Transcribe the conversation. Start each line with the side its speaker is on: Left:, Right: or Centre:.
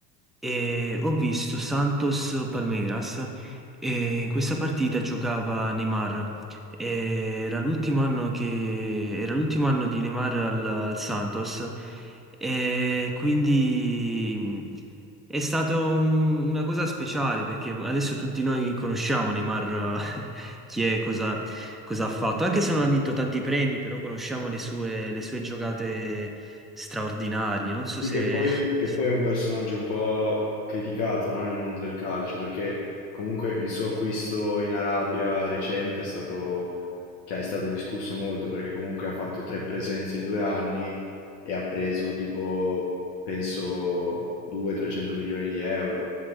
Centre: e ho visto Santos Palmeiras e in questa partita giocava Neymar. E Era l'ultimo anno che, era l'ultimo anno di Neymar al, al Santos e quindi è stata una cosa speciale perché adesso tutti noi conosciamo Neymar, eh, <laughs> chi è, cosa, cosa ha fatto, anche se non ha vinto tanti premi, però conosciamo le sue, le sue giocate straordinarie. Non so
Left: Sì,
Centre: se...
Left: che poi,
Centre: <laughs>
Left: che poi è un personaggio un po' criticato, no, nel mondo del calcio, perché comunque il suo acquisto in Arabia recente è stato, cioè, è stato discusso molto, perché comunque ha fatto tre presenze in due anni e ha preso tipo, penso, 200-300 milioni di euro.